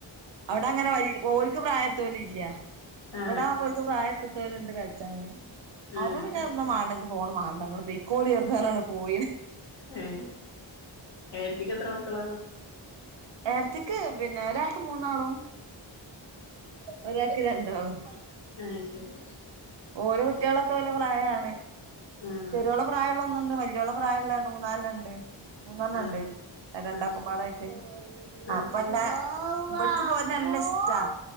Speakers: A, on the right (about 65°); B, on the left (about 65°).
A: അവിടെ അങ്ങനെ ഓരിക്ക് പ്രായത്തോല ഇല്ല
B: ആ ആ
A: ഇവിടെ ആവുമ്പോ ഓൾക്ക് പ്രായം ഉള്ളോർ തോലുണ്ട് കഴിച്ചാന് അപ്പൊ
B: ആ
A: പിന്നെ മാണങ്ക ഫോണ് മാന്ഡ ഇങ്ങൾ പൊയ്ക്കോലി ചെറുതാനാണ് പോയി
B: ഏ ഏട്ടത്തിക്ക് എത്ര മക്കള
A: ഏട്ടത്തിക്ക് പിന്നെ ഒരാക്ക് മൂന്നാളും ഒരാക്കി രണ്ടാളും
B: ആഹ് ശരി
A: ഓരോ കുട്ടികളൊക്കെ ഓല്ലെ പ്രായമാണ്
B: ആഹ്
A: ചെറിയോള പ്രായമുള്ള ഒന്നുണ്ട് വലിയള പ്രായള്ള രണ്ട് മൂന്നാല്ലണം ഉണ്ട് മൂന്നെണ്ണം
B: ആഹ്
A: ഉണ്ട് രണ്ടാക്കും
B: ആഹ്
A: പാടായിട്ട്
B: ആഹ്
A: അപ്പല്ല ഇ പോ നല്ല ഇഷ്ടാ